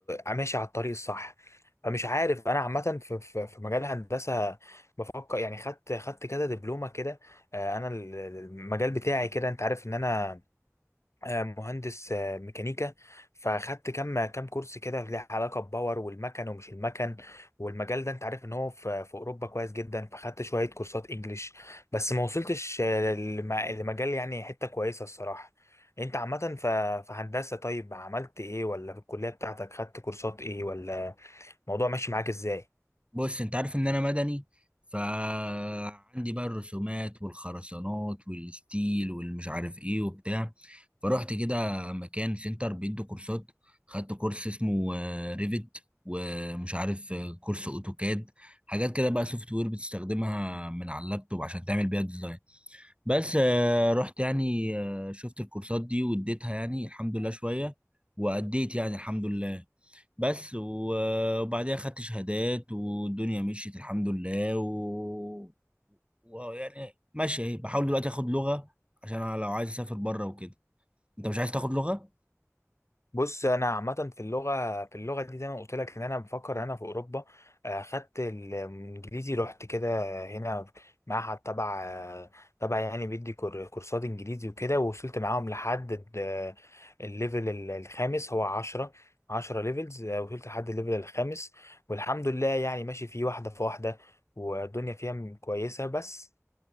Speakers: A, on the left; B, on the right.
A: ماشي على الطريق الصح مش عارف انا عامه في في في مجال الهندسه بفكر يعني خدت خدت كده دبلومه كده آه، انا ال- ال- المجال بتاعي كده انت عارف ان انا آه، مهندس آه، ميكانيكا فاخدت كام كام كورس كده له علاقه بباور والمكن ومش المكن والمجال ده انت عارف ان هو في في اوروبا كويس جدا فاخدت شويه كورسات انجليش بس ما وصلتش آه، للم- لمجال يعني حته كويسه الصراحه انت عامه ف- في هندسه طيب عملت ايه ولا في الكليه بتاعتك خدت كورسات ايه ولا الموضوع ماشي معاك ازاي
B: بص انت عارف ان انا مدني فعندي بقى الرسومات والخرسانات والستيل والمش عارف ايه وبتاع فروحت كده مكان سنتر بيدوا كورسات خدت كورس اسمه آه، ريفت ومش عارف آه، كورس اوتوكاد حاجات كده بقى سوفت وير بتستخدمها من على اللابتوب عشان تعمل بيها ديزاين بس آه، رحت يعني آه، شفت الكورسات دي واديتها يعني الحمد لله شوية وأديت يعني الحمد لله بس و- وبعديها خدت شهادات والدنيا مشيت الحمد لله و... ويعني ماشي اهي بحاول دلوقتي اخد لغة عشان انا لو عايز اسافر بره وكده انت مش عايز تاخد لغة
A: بص انا عامه في اللغه في اللغه دي زي ما قلت لك ان انا بفكر إن انا في اوروبا آه، خدت الانجليزي رحت كده هنا معهد تبع آه، تبع يعني بيدي كور- كورسات انجليزي وكده ووصلت معاهم لحد ال- الليفل ال- الخامس هو 10 10 ليفلز آه، وصلت لحد الليفل الخامس والحمد لله يعني ماشي فيه واحده في واحده والدنيا فيها م- كويسه بس